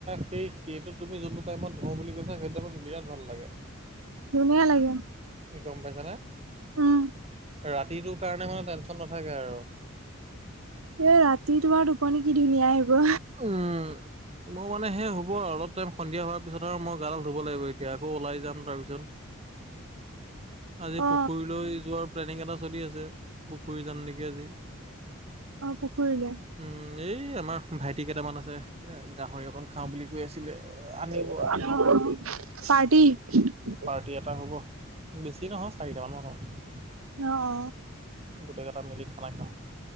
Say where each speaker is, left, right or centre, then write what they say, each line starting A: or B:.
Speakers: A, on the right; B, on the right.
A: সেই সেইটো তুমি যোনটো টাইমত ধুঁ বুলি কৈছা সেইটো টাইমত বিৰাট ভাল লাগে।
B: ধুনীয়া লাগে।
A: গম পাইছা নে?
B: উম
A: ৰাতিটো কাৰণে মানে টেনচন নাথাকে আৰু।
B: এতিয়া ৰাতি তোমাৰ টোপনি কি ধুনীয়া আহিব।
A: উম, মোৰ মানে সেই হ'ব আৰু অলপ টাইম সন্ধিয়া হোৱাৰ পিছত মই গাদাল ধুব লাগিব এতিয়া আকৌ ওলাই যাম তাৰপিছত। আজি
B: অ
A: পুখুৰীলৈ যোৱাৰ প্লেনিং এটা চলি আছে পুখুৰী যাম নেকি আজি।
B: অ পুখুৰীলে।
A: উম, এই আমাৰ ভাইটি কেইটামান আছে এ গাহৰি অকণ খাওঁ বুলি কৈ আছিলে। আনিব
B: অ
A: আজি
B: অ পাৰ্টি।
A: পাৰ্টি এটা হ'ব বেছি নহয় চাৰিটামান মান হ'ম।
B: ন' অ।
A: গোটেইকেইটা মিলি খানা খাম।